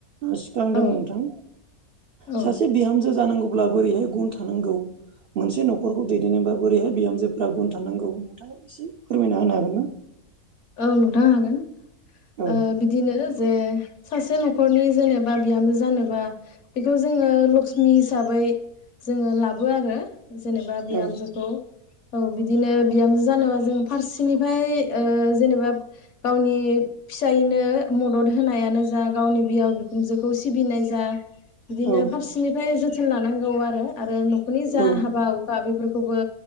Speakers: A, on the right; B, on the left.
A: सिखांदों
B: औ
A: नोंथां
B: औ
A: सासे बिहामजो जानांगौब्ला बोरैहाय गुन थानांगौ मोनसे न'खरखौ दैदेनोबा बोरैहाय बिहामजोफ्रा गुन थानांगौ नोंथाङा एसे फोरमायना होनो हागोन <unintelligible>
B: औ नोंथां हागोन
A: औ
B: ओ बिदिनो जे सासे न'खरनि जेनेबा बिहामजो जानोबा बेखौ जोङो लक्ष्मि हिसाबै जोङो लाबो आरो जेनेबा बिहामजोखौ
A: औ
B: औ बिदिनो बिहाम जों जानोबा जों फारसेनिफाय ओ जेनेबा गावनि फिसायनो मदद होनायानो जा गावनि बिहाव बिखुनजोखौ सिबिनाय जा बिदिनो
A: औ
B: फारसेनिफ्राय जोथोन लानांगौ आरो आरो न'खरनि जा
A: औ
B: हाबा हुखा बेफोरखौ फोरखौबो